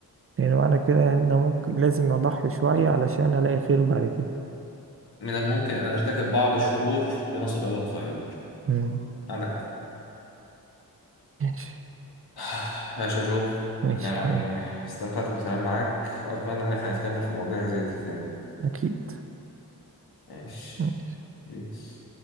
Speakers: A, on the right (about 40°); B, on the left (about 85°).
A: يعني معنى كده ان ممكن لازم اضحي شوية علشان الاقي خير بعد كده
B: من الممكن أن أرتكب بعض الشرور لنصل إلى الخير
A: مم.
B: عندك حق
A: ماشي
B: <sighs> ماشي يا جو
A: ماشي
B: يعني
A: يا حبيبي
B: استمتعت بالكلام معاك وأتمنى إن احنا نتكلم في مواضيع زي دي تاني
A: اكيد
B: ماشي
A: ماشي.
B: بيس